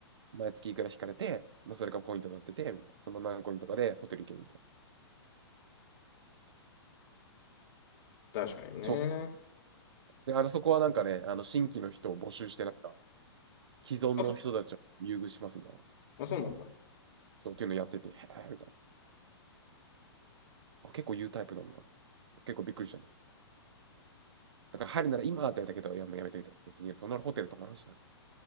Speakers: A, on the right; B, on the left.
A: 毎月いくら引かれて、まあ、それがポイントになってて、みたいな。その何コインとかでホテル行けるみたいな。
B: 確かにね。
A: ちょで、あの、そこはなんかね、あの、新規の人を募集して、なんか、既存の人たちを優遇しますみたいな。
B: あ、そあ、そうなんだ。
A: そうっていうのやってて、へえ、みたいな。あ、結構言うタイプなんだ。結構びっくりしたの。だから入るなら今って言われたけど、いや、もうやめといた。別にそんなホテル泊まらんしな。